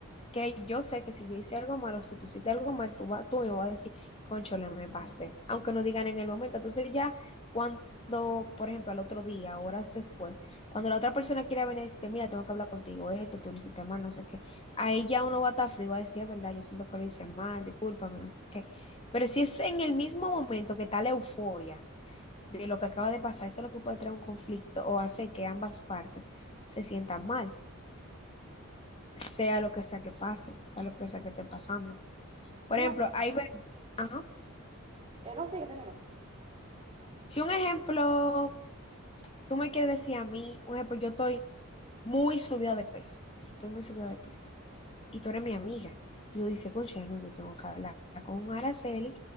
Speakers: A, on the left; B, on the right.
A: que yo sé que si yo hice algo malo, si tú hiciste algo mal, tú, va, tú me vas a decir, conchole, me pasé, aunque no digan en el momento. Entonces ya cuando, por ejemplo, al otro día, horas después, cuando la otra persona quiera venir y decirte, mira, tengo que hablar contigo, esto, tú lo hiciste mal, no sé qué, ahí ya uno va a estar frío y va a decir, es verdad, yo siento que lo hice mal, discúlpame, no sé qué. Pero si es en el mismo momento que está la euforia de lo que acaba de pasar, eso es lo que puede traer un conflicto o hace que ambas partes se sientan mal sea lo que sea que pase, sea lo que sea que esté pasando. Por
B: No,
A: ejemplo, ahí ver, ajá.
B: eh, no, sí, ya termina.
A: Si un ejemplo, tú me quieres decir a mí, un ejemplo, yo estoy muy subida de peso, estoy muy subida de peso, y tú eres mi amiga, y tú dices, concha, no, yo tengo que hablar con Araceli,